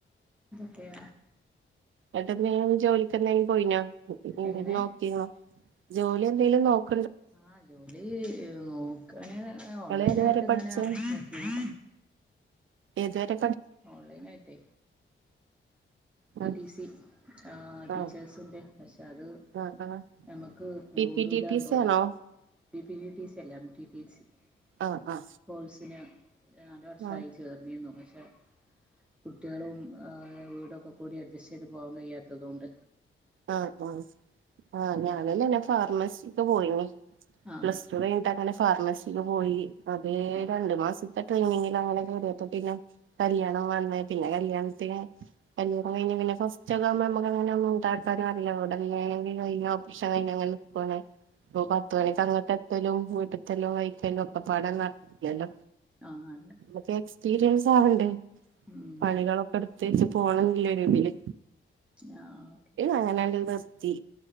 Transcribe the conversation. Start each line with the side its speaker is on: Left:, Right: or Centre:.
Centre: വെറെ
Right: എട്ടൻ എന്തെങ്കിലുംജോലിക്ക് എന്തെ പോയിനോ
Centre: എങ്ങനെ
Right: നോക്കി രുന്നോ ജോലി എന്തെലും നോക്കോ
Centre: ആഹ് ജോലി നോക്കാൻ
Right: നിങ്ങള്
Centre: ഓൺലൈൻ
Right: ഏതുവരെ
Centre: ആയിട്ട് ഇങ്ങനെ
Right: പഠിച്ചേ
Centre: നോക്കിനി
Right: എത് വരെ
Centre: ഓൺലൈൻ ആയിട്ടെ ടി
Right: ആ
Centre: ടിസി ടീച്ചേഴ്സിന്റെ
Right: ആ
Centre: പക്ഷെ അത്
Right: ആ ആ
Centre: നമുക്ക് കൂടുലാന്ന്
Right: പി പി ടി ടി സി
Centre: തോന്നുന്നു
Right: ആണോ
Centre: പി പിടി സി എല്ല ടി ടി സികോഴ്സിന്
Right: ആ ആ
Centre: നാല് വർഷമായി
Right: ആ
Centre: ചേർന്നിരുന്നു പക്ഷെ കുട്ടികളുംവീടൊക്കെ കൂടി അഡ്ജസ്റ്റ് ചെയ്ത് പോകാൻ കഴിയാത്തത്കൊണ്ട്
Right: ആഹ് ആഹ് ആഹ് ഞാൻ അങ്ങനെ ഫാർമസിക്ക് പോയിരുന്നു
Centre: ആഹ്
Right: പ്ലസ് ടു കഴിഞ്ഞിട്ട് അങ്ങനെ ഫാർമസി ക്ക് പോയി അത്
Centre: ആഹ്
Right: രണ്ടു മാസത്തെ ട്രെയിനിങ്ങില അങ്ങനൊക്കെറിയത്തോ പിന്നെ കല്യാണം വന്ന പിന്നെ
Centre: ആഹ്
Right: കല്യാണത്തിന് കല്യാണം
Centre: ആഹ്
Right: കഴിഞ്ഞ പിന്നെ ഫസ്റ്റ് ഒക്കെകുമ്പോ നമുക്ക്ങ്ങനെ സ്ഥലംഅറിയാം അവിടെങ്കിലും ഒപ്ഷൻ കഴിഞ്ഞ്നിൽക്കല്ലേ ഇപ്പൊ പത്ത്മണിക്ക്
Centre: അത് ശരി
Right: അങ്ങട്ട് എത്തലും വീട്ടത്തെല്ലോ വഴിക്കലും ഒക്കെ ഒക്ക പാടെനടത്തില്ലോ
Centre: ആഹ് അല്ല
Right: അതെഎക്സ്പീരിയൻസ് ആവണ്ടേ
Centre: ഉം
Right: പണികളൊക്കെ എടു പ്രത്യേച്ച് പോണം എന്നരിഇതില്
Centre: ആഹ ഓക്കെ
Right: അങ്ങനെല്ല നിർതി